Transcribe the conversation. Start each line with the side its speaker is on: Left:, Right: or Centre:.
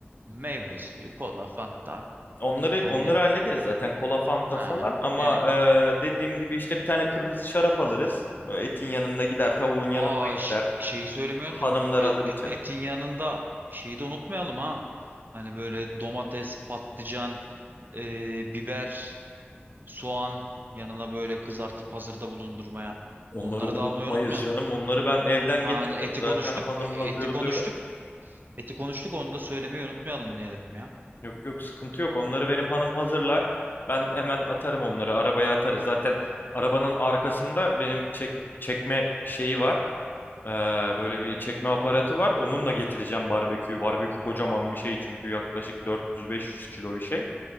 Right: meyve suyu, kola, fanta.
Left: Onları
Right: Hani
Left: onları hallederiz zaten kola fanta
Right: ha,
Left: falan ama
Right: yani
Left: e, dediğim gibi işte bir tane kırmızı şarap alırız. Böyle Etin yanında gider, tavuğun
Right: Aa
Left: yanında gider.
Right: ş- şeyi söylemiyorduk.
Left: Hanımlar
Right: E-
Left: alır
Right: e-
Left: içer.
Right: etin yanında şeyi de unutmayalım ha. Hani böyle domates, patlıcan, e, biber, soğan yanına böyle kızartıp hazırda bulundurmaya.
Left: Onları
Right: Onları
Left: unutmayız
Right: da almayı unutmayalım.
Left: canım. Onları ben evden
Right: Ha,
Left: getiririm.
Right: hani eti
Left: Zaten
Right: konuştuk,
Left: hanım
Right: e, eti
Left: hazırlıyor.
Right: konuştuk, eti konuştuk onu da söylemeyi unutmayalım diye dedim ya.
Left: Yok yok sıkıntı yok. Onları benim hanım hazırlar. Ben hemen atarım onları. Arabaya atarız. Zaten arabanın arkasında benim çek çekme şeyi var. Ee, böyle bir çekme aparatı var. Onunla getireceğim barbeküyü. Barbekü kocaman bir şey çünkü yaklaşık 400-500 kilo bir şey.